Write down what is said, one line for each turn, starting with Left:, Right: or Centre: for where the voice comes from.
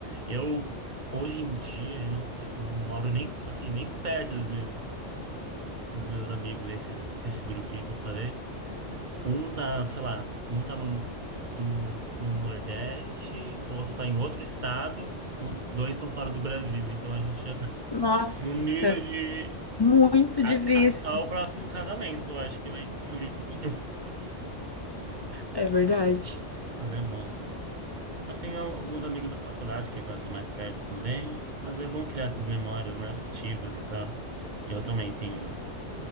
Right: Eu, hoje em dia, eu não, te- eu não moro nem, assim, nem perto dos meus, dos meus amigos, desses, desse grupinho que eu falei. Um tá, sei lá, um tá no, no, no Nordeste, outro tá em outro estado, um, dois estão fora do Brasil, então a gente já tá <laughs>
Left: Nossa,
Right: num nível de...
Left: muito
Right: A,
Left: difícil.
Right: ca- tá o próximo casamento, eu acho que vai reunir todo mundo.
Left: É verdade.
Right: Mas é bom. Mas tem al- alguns amigos da faculdade que agora estão mais perto também. Mas é bom criar essas memórias, né, afetivas e tal. E eu também tenho.